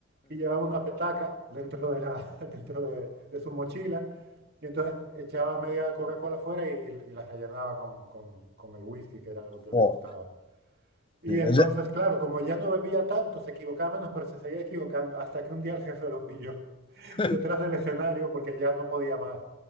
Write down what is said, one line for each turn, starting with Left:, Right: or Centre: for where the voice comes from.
Right: y llevaba una petaca dentro de, la, <laughs> dentro de, de su mochila y entonces echaba media Coca-Cola fuera y, y la rellenaba con, con- con el whisky, que era lo que le
Left: jo.
Right: gustaba. Y
Left: Sí,
Right: entonces,
Left: ese-
Right: claro, como ya no bebía tanto, se equivocaba menos, pero se seguía equivocando, hasta que un día el jefe lo pilló <laughs>
Left: <laughs>
Right: detrás del escenario porque ya no podía más.